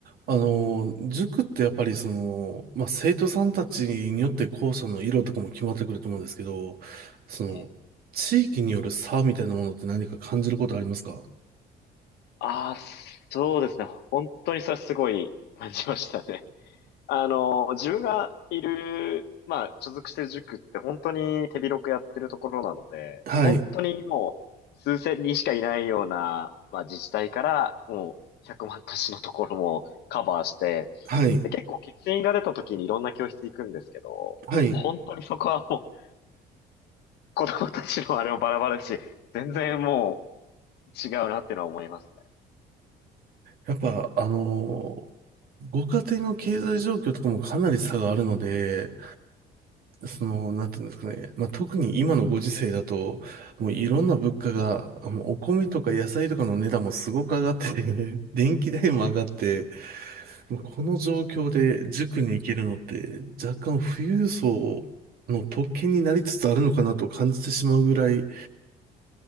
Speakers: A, on the right; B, on the left.
A: あの、塾ってやっぱりその、まあ、生徒さんたちによって校舎の色とかも決まってくると思うんですけど、その、
B: ええ。
A: 地域による差みたいなものって何か感じることありますか
B: ああ、そうですね。本当にそれすごい感じましたね。<laughs> あの、自分がいる、まあ、所属してる塾って本当に手広くやってるところなので、
A: はい、
B: 本当にもう数千人しかいないような、まあ、自治体からもう100万都市のところもカバーして、
A: はい、
B: で、結構欠員が出た時にいろんな教室行くんですけど、
A: はい。
B: 本当にそこはもう子供たちのあれもバラバラだし、全然もう違うなっていうのは思いますね。
A: やっぱ、あの、ご家庭の経済状況とかもかなり差があるので、その、なんていうんですかね、まあ、特に今のご時世だと、もういろんな物価が、もうお米とか野菜とかの値段もすごく上がってて、<laughs> 電気代も上がって、
B: え
A: この状況で塾に行けるのって若干富裕層の特権になりつつあるのかなと感じてしまうぐらい